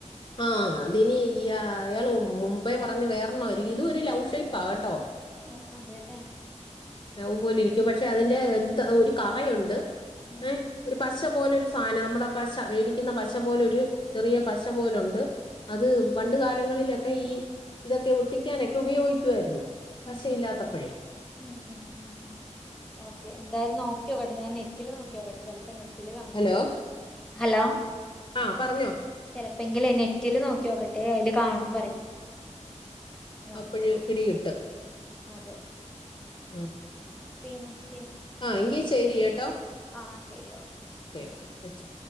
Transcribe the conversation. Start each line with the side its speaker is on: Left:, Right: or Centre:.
Left: ആഹ് ഇനി ഇയാ ഇയാൾ മുമ്പെ പറഞ്ഞ വേറൊണ്ണായിരിക്കും. ഇതും ഒരു ലൗഷേപ്പാ കെട്ടൊ.
Centre: ആ അതെ ല്ലേ
Left: ലവ് പോലെ ഇരിക്കും പക്ഷെ അതിന്റെ എന്ത് ത്താ ഒരു കറയുണ്ട്.
Centre: ഉം
Left: ഏ ഒരു പശ
Centre: ഉം
Left: പോലെ ഒരു സാനാ. നമ്മുടെ പശ വേടിക്കുന്ന പശ പോലെ ഒര് ചെറിയ
Centre: ഉം
Left: പശ പോലുണ്ട്. അത്
Centre: ഉം
Left: പണ്ട് കാലങ്ങളിലൊക്കെ ഈ ഇതൊക്കെ ഒട്ടിക്കാനൊക്കെ ഉപയോഗിക്കുവായിരുന്ന്.
Centre: ഉം
Left: പശയില്ലാത്തപ്പഴേ.
Centre: ഉം ഉം ഉം ഉം ഉ ഉ ഉ ഓക്കെ എന്തായാലും നോക്കിയോക്കട്ടെ ഞാൻ നെറ്റില് നോക്കിയോക്കട്ടെ. ചെല പ്പം നെറ്റിൽ കാണും.
Left: ഹലോ
Centre: ഹലോ
Left: ആ പറഞ്ഞോ
Centre: ചെലപ്പെങ്കില് നെറ്റില് നോക്കിയോക്കട്ടെ അയില് കാണും പറയാ. നോക്കട്ടെ
Left: അപ്പൊഴ്
Centre: നോ
Left: പിടികിട്ടും.
Centre: അതെ
Left: ഉം
Centre: പിന്നെ
Left: ആ എങ്കി ശരിയേട്ടോ.
Centre: ആ ശരി ഓക്കെ.
Left: ഓകെ വെച്ചൊ.